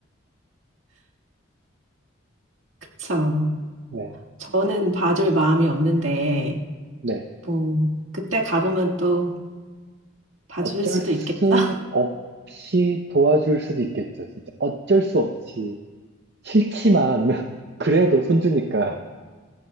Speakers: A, on the right (about 70°); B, on the right (about 55°).
A: 그쵸.
B: <laughs> 네,
A: 저는 봐줄 마음이 없는데,
B: 네.
A: 뭐, 그때 가보면 또 봐줄
B: 어쩔
A: 수도
B: 수
A: 있겠죠? <laughs>
B: 없이 도와줄 수도 있겠죠, 진짜. 어쩔 수 없이. 싫지만, <laughs> 그래도 손주니까.